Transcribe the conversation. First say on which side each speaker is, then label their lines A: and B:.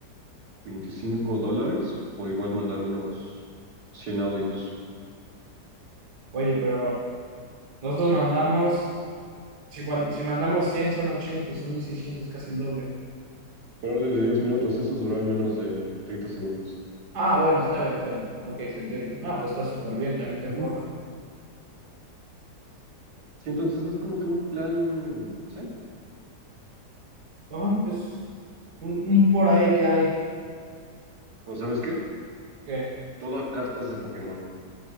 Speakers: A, on the right; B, on the right.
A: 25 dólares por igual mandar unos 100 audios.
B: Oye, pero nosotros mandamos. Si, cuan- si mandamos 100 son 80 son 1600 casi el doble.
A: Peor de 10 minutos, esos duraron menos de 30 segundos.
B: Ah, bueno, está bien, está bien. Ok, se entiende. Ah, pues está súper bien, también te
A: Ujú.
B: forra.
A: Sí, entonces es como que un plan, ¿sí?
B: Ajá, es un, un por ahí que hay.
A: ¿O sabes qué?
B: Que
A: Todo a cartas de Pokémon.